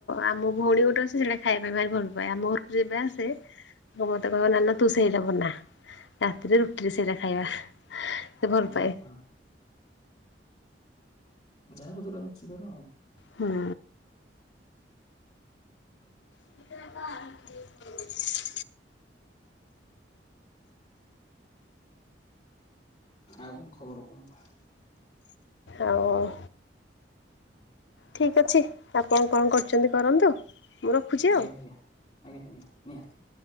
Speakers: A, on the left; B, on the left.
A: ଆମ ଭଉଣୀ ଗୋଟେ ଅଛି ସେଟା ଖାଇବା ଭାରି ଭଲ ପାଏ। ଆମ ଘରକୁ ଯବେ ଆସେ ମତେ କହିବ ନା ନା ତୁ ସେଇଟା ବନା ରାତିରେ ରୁଟିରେ ସେଇଟା ଖାଇବା। ସେ ଭଲ
B: ଅ
A: ପାଏ
B: ହଁ ଯାହାକୁ ଯୋଉଟା ରୁଚି କର।
A: ହୁଁ। <inaudible>
B: ଆଉ ଖବର କଣ କୁହନ୍ତୁ?
A: ଆଉ ଠିକ୍ ଅଛି ଆପଣ କଣ କରୁଚନ୍ତି କରନ୍ତୁ। ମୁଁ ରଖୁଛି
B: ଆଜ୍ଞା
A: ଆଉ।
B: ଆଜ୍ଞା ଆଜ୍ଞା ଆଜ୍ଞା ନିହାତି।